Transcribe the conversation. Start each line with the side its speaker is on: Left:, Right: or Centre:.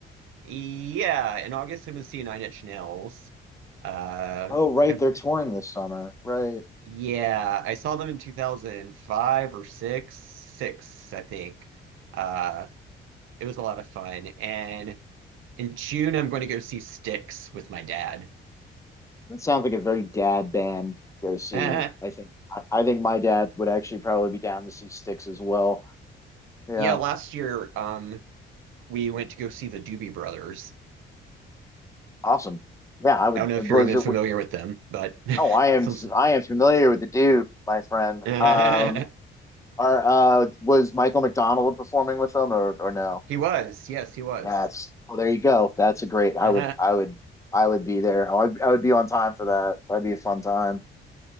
Right: Yeah, in August I'm gonna see Nine Inch Nails. Uh,
Left: Oh, right,
Right: I,
Left: they're touring this summer. Right.
Right: yeah, I saw them in 2005 or six, six, I think. Uh, it was a lot of fun. And in June I'm going to go see Styx with my dad.
Left: That sounds like a very dad band to go see.
Right: <laughs>
Left: I think I, I think my dad would actually probably be down to see Sticks as well. Yeah.
Right: Yeah, last year um we went to go see the Doobie Brothers.
Left: Awesome. Yeah, I would.
Right: I don't know if
Left: Was
Right: you're even
Left: it?
Right: familiar with them, but
Left: Oh,
Right: <laughs>
Left: I am.
Right: some
Left: I am familiar with the dude, my friend.
Right: <laughs>
Left: Um, are uh, was Michael McDonald performing with them or or no?
Right: he was. Yes, he was.
Left: That's
Right: <laughs>
Left: well, there you go. That's a great. I
Right: Uh-huh.
Left: would. I would. I would be there. I would. I would be on time for that. That'd be a fun time.